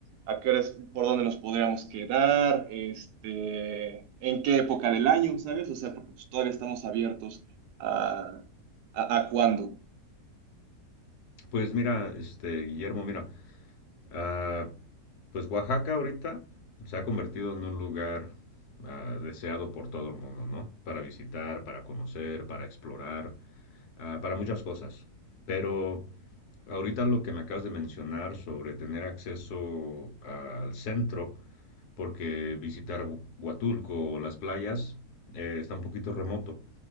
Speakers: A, on the right (about 75°); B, on the left (about 70°).
A: a qué horas, por dónde nos podríamos quedar, este, en qué época del año, ¿sabes? O sea, porque pues, todavía estamos abiertos a, a, a cuándo.
B: Pues mira, este, Guillermo, mira, Ah, pues Oaxaca ahorita se ha convertido en un lugar ah, deseado por todo el mundo, ¿no? Para visitar, para conocer, para explorar, ah, para muchas cosas. Pero ahorita lo que me acabas de mencionar sobre tener acceso al centro, porque visitar Hu- Huatulco o las playas eh, está un poquito remoto.